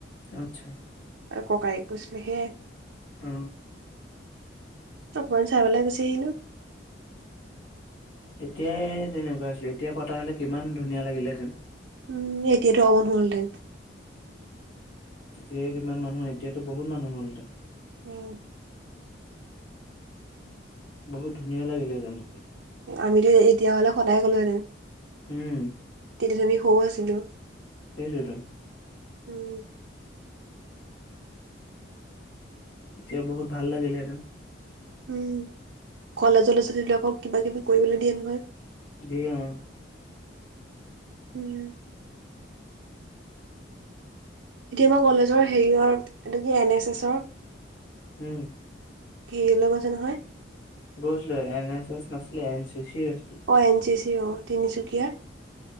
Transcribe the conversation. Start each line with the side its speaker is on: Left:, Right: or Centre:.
Left: আচ্ছা।
Right: আৰু ককায়েক গৈছিলে সেয়াই,
Left: অ,
Right: অকমান চাই পেলাই গুচি আহিলো।
Left: তেতিয়াই তেনেকুৱা আছিলে এতিয়া পতা হ'লে কিমান ধুনীয়া লাগিলেহেতেন।
Right: উম এতিয়টো অমন হ'ল দেন,
Left: তেতিয়াই কিমান মানুহ এতিয়াত বহুত মানুহ হল হেতেন।
Right: উম,
Left: বহুত ধুনীয়া লাগিলে হেতেন দেখি।
Right: আমিতো এতিয়া হলে সদায় গ'লোহেঁতেন।
Left: উম
Right: তেতিয়া আমি সৰু আছিলো।
Left: সেইটোৱে টো,
Right: উম,
Left: এতিয়া বহুত ভাল লাগিলেহেতেন।
Right: উম কলেজৰ লৰা ছোৱালী বিলাক কিবা কিবি কৰিবলৈ দিয়ে নহয়।
Left: দিয়ে অ,
Right: উম এতিয়া মই কলেজৰ হেৰিৰ এইটো কি এন এছ এছৰ,
Left: উম
Right: কি লৈ গৈছে নহয়।
Left: গৈছিলো এন এছ এছ নছিলে এন চি চি আছিল।
Right: অঁ এন চি চি অঁ তিনিচুকীয়া।